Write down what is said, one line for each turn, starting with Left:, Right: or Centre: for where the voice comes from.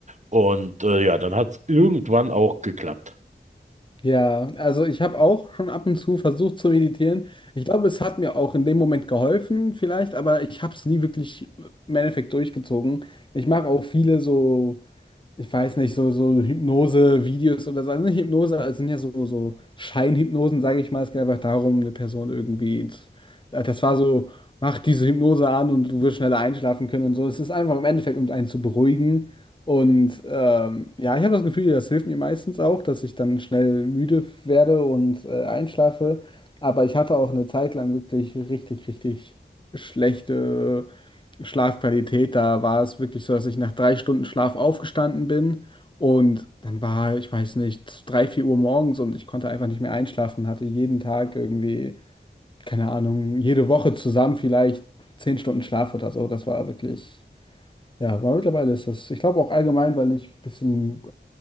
Right: Und äh, ja, dann hat es irgendwann auch geklappt.
Left: Ja, also ich habe auch schon ab und zu versucht zu meditieren. Ich glaube, es hat mir auch in dem Moment geholfen, vielleicht, aber ich habe es nie wirklich im Endeffekt durchgezogen. Ich mache auch viele so. ich weiß nicht, so, so Hypnose-Videos oder so. Also nicht Hypnose, also sind ja so, so Scheinhypnosen, sage ich mal. Es geht einfach darum, eine Person irgendwie. äh, Das war so, mach diese Hypnose an und du wirst schneller einschlafen können und so. Es ist einfach im Endeffekt, um einen zu beruhigen. Und ähm, ja, ich habe das Gefühl, das hilft mir meistens auch, dass ich dann schnell müde werde und äh, einschlafe. Aber ich hatte auch eine Zeit lang wirklich richtig, richtig schlechte. Schlafqualität, da war es wirklich so, dass ich nach drei Stunden Schlaf aufgestanden bin und dann war, ich weiß nicht, drei, vier Uhr morgens und ich konnte einfach nicht mehr einschlafen, hatte jeden Tag irgendwie, keine Ahnung, jede Woche zusammen vielleicht zehn Stunden Schlaf oder so. Das war wirklich, ja, aber mittlerweile ist das, ich glaube auch allgemein, weil ich ein bisschen,